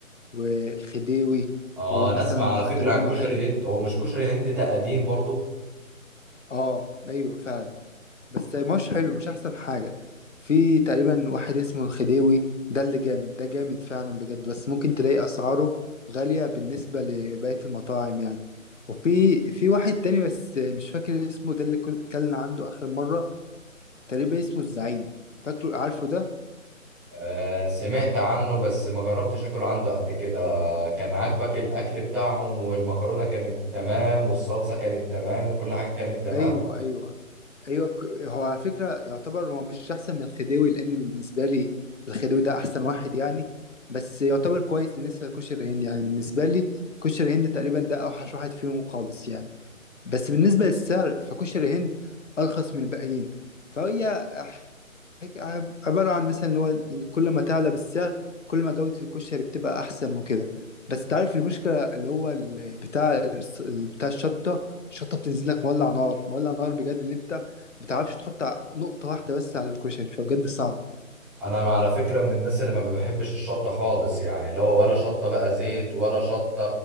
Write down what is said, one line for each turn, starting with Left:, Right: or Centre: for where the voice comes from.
Left: والخديوي
Centre: اه
Left: ومثلا
Centre: انا اسمع على فكرة
Left: تقريبا
Centre: عن كشري
Left: واحد
Centre: هند هو مش كشري هند ده قديم برضو
Left: اه ايوه فعلا بس مش حلو مش احسن حاجة في تقريبا واحد اسمه الخديوي ده اللي جامد ده جامد فعلا بجد بس ممكن تلاقي اسعاره غالية بالنسبة لبقية المطاعم يعني وفي في واحد تاني بس مش فاكر اسمه ده اللي كل- كلنا عنده اخر مرة تقريبا اسمه الزعيم فاكره عارفه ده
Centre: آه سمعت عنه بس ما جربتش اكل عنده قبل كده كان عاجبك الاكل بتاعهم والمكرونة كانت تمام والصلصة كانت تمام وكل حاجة كانت تمام
Left: ايوه ايوه ايوه ك- هو على فكره يعتبر هو مش احسن من الخديوي لان بالنسبه لي الخديوي ده احسن واحد يعني بس يعتبر كويس بالنسبه لكشري الهند يعني بالنسبه لي كشري الهند تقريبا ده اوحش واحد فيهم خالص يعني بس بالنسبه للسعر فكشري الهند ارخص من الباقيين فهي هيك عب- عبارة عن مثلا اللي هو ال- كل ما تعلى بالسعر كل ما جودة الكشري بتبقى أحسن وكده بس تعرف المشكلة اللي هو ال- بتاع الس- ال- بتاع الشطة الشطة بتنزل لك مولع نار مولع نار بجد اللي أنت ما بتعرفش تحط ع- نقطة واحدة بس على الكشري فبجد صعبة
Centre: انا على فكره من الناس اللي ما بحبش الشطه خالص يعني اللي هو ولا شطه بقى زيت ولا شطه